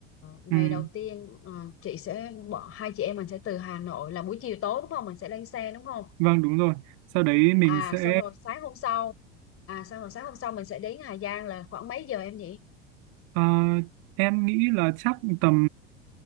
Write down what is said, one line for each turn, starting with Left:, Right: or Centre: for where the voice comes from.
Left: ngày
Right: Ừm,
Left: đầu tiên ờ, chị sẽ bỏ hai chị em mình sẽ từ Hà Nội là buổi chiều tối đúng không mình sẽ lên xe đúng không
Right: vâng đúng rồi. Sau đấy mình
Left: à
Right: sẽ
Left: xong rồi sáng hôm sau à xong rồi sáng hôm sau mình sẽ đến Hà Giang là khoảng mấy giờ em nhỉ
Right: Ờ, em nghĩ là chắc tầm